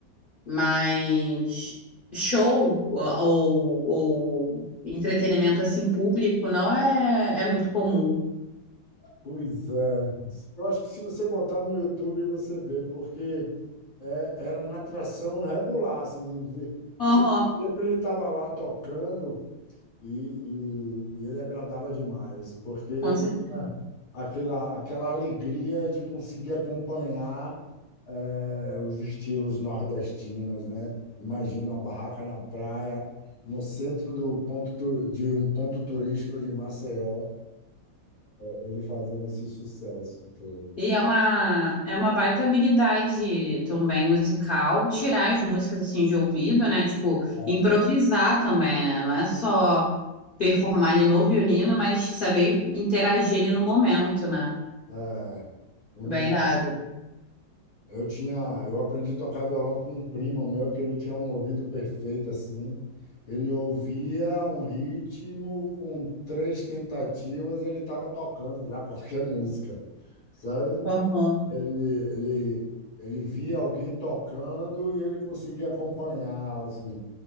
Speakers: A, on the left (about 65°); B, on the left (about 85°).
A: Mas show ou, ou entretenimento assim público não é, é muito comum,
B: pois é. Eu acho que se você botar no YouTube, você vê, porque é- era uma atração regular, assim, vê- sempre,
A: Aham.
B: sempre ele estava lá tocando. E, e- e ele agradava demais, porque ele
A: com certeza.
B: tinha aquela, aquela alegria de conseguir acompanhar eh, os estilos nordestinos, né? Imagina uma barraca na praia, no centro do ponto, tu- de um ponto turístico de Maceió, ele fazendo esse sucesso todo.
A: E é uma, é uma baita habilidade também musical, tirar as músicas assim de ouvido, né? Tipo,
B: É,
A: improvisar também, né? Não é só performar ali no violino, mas saber interagir ali no momento, né?
B: é, um
A: Bem
B: dos
A: dado.
B: Eu tinha, eu aprendi a tocar violão com um primo meu que ele tinha um ouvido perfeito assim. Ele ouvia um ritmo com três tentativas, ele estava tocando já <laughs> qualquer música, sabe?
A: Aham,
B: Ele, ele, ele via alguém tocando e ele conseguia acompanhar, assim,